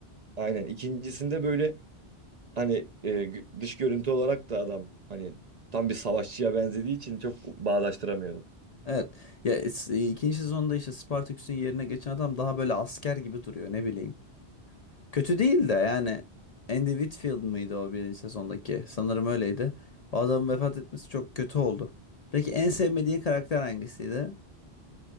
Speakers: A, on the right (about 45°); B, on the left (about 50°).
A: Aynen. İkincisinde böyle Hani e, gü- dış görüntü olarak da adam hani tam bir savaşçıya benzediği için çok bağdaştıramıyordum.
B: Evet. Ya es- e, ikinci sezonda işte Spartaküs'ün yerine geçen adam daha böyle asker gibi duruyor ne bileyim. Kötü değil de yani Andy Whitfield mıydı o birinci sezondaki? Sanırım öyleydi. O adamın vefat etmesi çok kötü oldu. Peki en sevmediğin karakter hangisiydi?